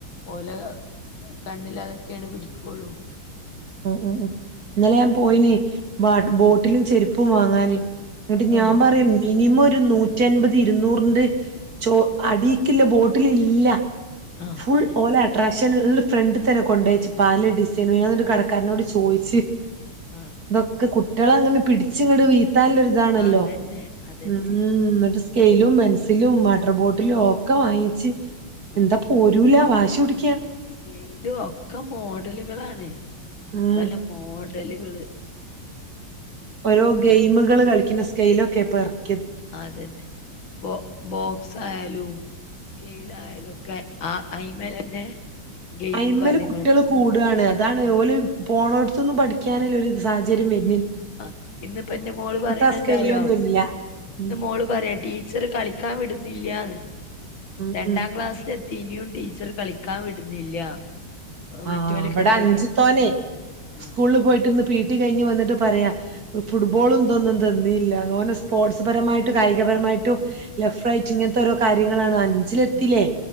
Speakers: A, on the left (about 65°); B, on the right (about 45°).
A: ഓല കണ്ണില് അതൊക്കേണ് പിടിക്കുള്ളു
B: ഉം ഉം ഉം ഇന്നലെ ഞാൻ പോയിന് വാട്ടർ ബോട്ടിലും ചെരുപ്പും വാങ്ങാന് എന്നിട്ട് ഞാൻ
A: ആഹ്
B: പറയും മിനിമം ഒരു നൂറ്റൻപത് ഇരുന്നൂറിന്റെ ചോ അടീക്കില്ല ബോട്ടിലില്ല
A: ആഹ്
B: ഫുൾ
A: അതെ
B: ഓലട്രാ പക്ഷെ <unintelligible> ഫ്രണ്ട് തന്നെ കൊണ്ടയച്ച് പാല ഡിസൈനു ഞാന്നിട്ട് കട ക്കാരനോട് ചോയ്ച്ച്
A: ആഹ്
B: ഇതൊക്കെ കു ട്ട്യോള അങ്ങനെ പിടിച്ചിങ്ങട്‌ വി ത്താല്ലൊരിതാണല്ലോ
A: ആഹ് അതന്നെ അതന്നെയാണ്
B: ഉം ഉം ന്നിട്ട് സ് സ്കെയിലും പെൻസിലും വാട്ടർ ബോട്ടിലും ഒക്കെ വാങ്ങിച്ച് എന്താ
A: ആഹ്
B: പോരൂല വാശിപിടി
A: സ്കെയിലും ഒക്കെ മോഡലുകളാണ്
B: ഉം
A: തലെ പോ <unintelligible> ഡലുകള്
B: ഓരോ ഗെയിമുകൾ കളിക്കുന്ന സ് കേയ്ലൊക്കെ ഇപ്പൊ എ
A: അതന്നെ ബോ ബോക്സ് ആയാലും സ്കേയ്ലായാലോക്കെ ആ അയിമലന്നെ ഗെയിമും
B: ഐമൽ
A: കാര്യങ്ങളും
B: കുട്ടിയെള് കൂടാണ് അതാണ് ഓല് പോണോ ട്ത്തൊന്നും പഠിക്കാനുല്ല ഒരു സാഹചര്യം വര്
A: ആ ഇന്ന്പ്പ ഇന്റെ മോള് പറയണ
B: ആ സ്കെയിലൊന്നും
A: എന്താ അറിയോ
B: ഇല്ല ഉം
A: ഇന്ന് മോള് പറയാ ടീച്ചർ കളിക്കാൻ വിടുന്നില്ലാന്ന്
B: ഉം
A: രണ്ടാം
B: ഉം
A: ക്ലാസ്സില ത്തി ഇനിയും ടീച്ചർ കളിക്കാൻ വിടുന്നില്ല
B: ആ
A: മറ്റോലൊക്കെ
B: അവിടെ
A: കളിക്കാൻ
B: അഞ്ച് തോനെ
A: ആ
B: സ്കൂളിൽ പോയിട്ട് ഇന്ന് പി ടി കഴിഞ് വന്നിട്ട് പറയാ ഫുട്ബോൾ ഇതൊന്നും തന്നീല്ല ഓന് സ്പോർട്സ് പരമായിട്ടും കായികപരമായിട്ടും ലെഫ്റ്റ് റൈറ്റ് ഇങ്ങനത്തെ ഓരോ കാര്യങ്ങളാണ് അഞ്ചിലെത്തില്ലേ